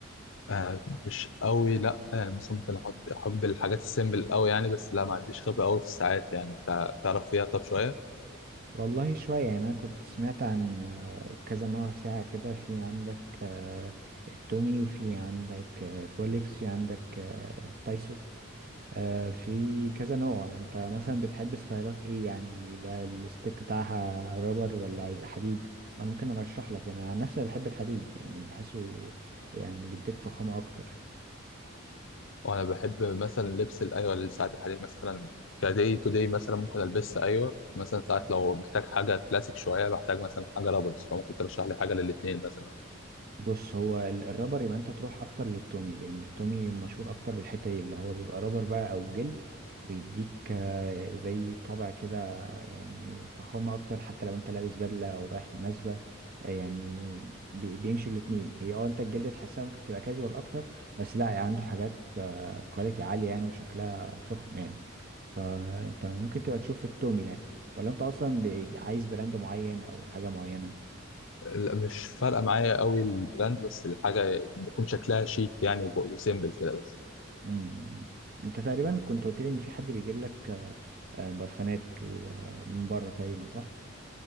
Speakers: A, on the left; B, on the right.
A: آه مش قوي لا آه مثلا ممكن أحط أحب الحاجات السيمبل قوي يعني بس لا ما عنديش خبرة قوي في الساعات يعني أنت تعرف فيها طب شوية
B: والله شوية يعني انا كنت سمعت عن آه، كذا نوع ساعة كده في عندك آه، التومي وفي عندك آه، الرولكس في عندك آه، التايسوت آه، في كذا نوع انت مثلا بتحب ستايلات ايه يعني يبقى الستيك بتاعها رابر ولا يبقى حديد وانا ممكن ارشح لك يعني عن نفسي أنا بحب الحديد يعني بحسه يعني بيديك فخامة اكتر
A: وأنا بحب مثلا لبس ال- أيوة الساعات الحديد مثلا كداي تو داي مثلا ممكن ألبسها أيوة بس مثلا ساعات لو محتاج حاجة كلاسيك شوية بحتاج مثلا حاجة رابرز فممكن ترشح لي حاجة للاتنين مثلا
B: بص هو ال- الرابر يبقى انت تروح اكتر للتومي لان التومي مشهور اكتر بالحته دي اللي هو بيبقى رابر بقى او جلد بيديك آه، زي طابع كده يعني فخامه اكتر حتى لو انت لابس بدله او رايح مناسبه آه، يعني بي- بيمشي الاتنين هي اه انت الجلد تحسها ممكن تبقى كاجوال اكتر بس لا عنده حاجات آه، كواليتي عاليه يعني وشكلها فخم يعني فانت ممكن تبقى تشوف التومي يعني ولا انت اصلا بي- عايز براند معين او حاجه معينه
A: لا، مش فارقه معايا قوي البراند بس الحاجه بتكون شكلها شيك يعني وب- وسيمبل كده بس
B: مم. انت تقريبا كنت قلت لي ان في حد بيجيب لك آه، آه، برفانات و- آه، من بره تقريبا صح